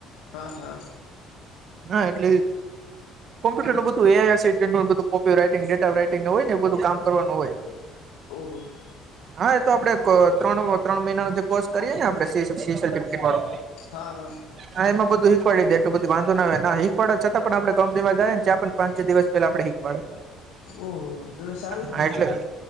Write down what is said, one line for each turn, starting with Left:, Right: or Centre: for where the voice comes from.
Left: હા હા.
Right: હા, એટલે કોમ્પુટરનું બધું AI copy writing, data writing હોય, એ બધું કરવાનું હોય.
Left: ઓ.
Right: હા, એ તો આપડે ત્રણ-ત્રણ મહિનાનો જે કોર્ષ કરીએે ને આપડે તે. સફિકેટ વાળું.
Left: હા હા
Right: હ, એમાં બધું હીકવાડી દે. એટલું વાંધો આવે ના એક પણ. છતા પણ આપડે કંપનીમાં જાય ને ત્યાં પણ પાંચ-છ દિવસ. પેલા આપડે શીખવાડે,
Left: ઓહો તો તો સારું
Right: હા
Left: જ ને
Right: એટલે.
Left: તો તો